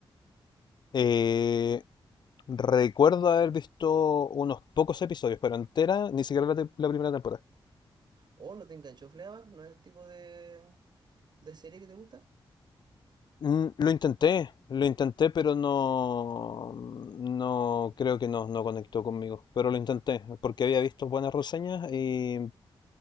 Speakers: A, on the left (about 55°); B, on the right (about 50°).
A: Eh, recuerdo haber visto unos pocos episodios, pero entera, ni siquiera la, te- la primera temporada.
B: ¿O no te enganchó Fleabag? ¿No es el tipo de, de serie que te gusta?
A: Mm, Lo intenté, lo intenté, pero no, mm, no creo que no, no conectó conmigo. Pero lo intenté, porque había visto buenas reseñas y